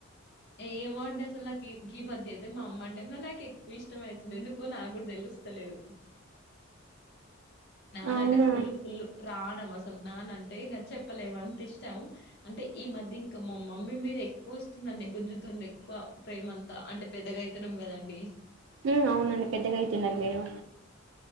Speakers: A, on the left; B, on the right.
A: ఏమో అండి అసలు నాకు గీ మధ్య అయితే మా అమ్మ అంటే నాకు ఎక్కువ ఇష్టం అయితుంది ఎందుకో నాకు కూడా తెలు స్తాలేదు నాన్న
B: అవునా
A: అంటే ఫుల్ ఫుల్ ప్రాణం అసలు నాన్నంటే ఇంకా చెప్పలేము అంత ఇష్టం అంటే ఈ మధ్య ఇంకా మా మమ్మీ మీద ఎక్కువ వస్తుందండి గుంజుతుంది ఎక్కువ ప్రేమ అంతా అంటే పెద్దగైతున్నాం కదండి.
B: ఉ అవునండి పెద్దగైతున్నారు మీరు